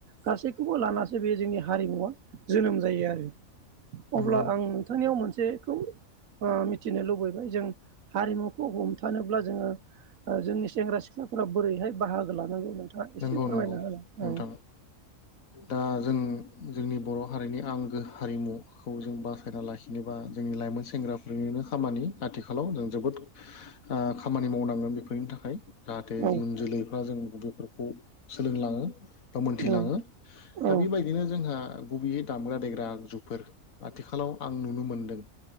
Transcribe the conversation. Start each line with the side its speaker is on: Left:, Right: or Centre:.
Right: गासैखौबो लानासो बे जोंनि हारिमुवा जोनोम जायो आरो।
Left: नंगौ
Right: अब्ला आं नोंथांनियाव मोनसे खौ मिथिनो लुबैबाय जों हारिमुखौ हमथानोब्ला जोङो जोंनि सेंग्रा सिख्लाफोरा बोरैहाय बाहागो लानांगौ नोंथाङा
Left: नंगौ
Right: एसे फोरमायना
Left: नंगौ
Right: होनाय
Left: नोंथां
Right: औ
Left: दा जों जोंनि बर' हारिनि आंगो हारिमुखौ जों बासायना लाखि जेनेबा जोंनि लाइमोन सेंग्रा जोंनिनो खामानि आथिखालाव जों जोबोद खामानि मावनांगोन बेफोरनि थाखाय। जाहाथे
Right: औ
Left: इयुन जोलैफ्रा जों बेफोरखौ सोलोंलाङो बा मोनथिलाङो।
Right: औ औ
Left: दा बेबायदिनो जोंहा गुबैयै दामग्रा देग्रा आगजुफोर आथिखालाव आं नुनो मोन्दों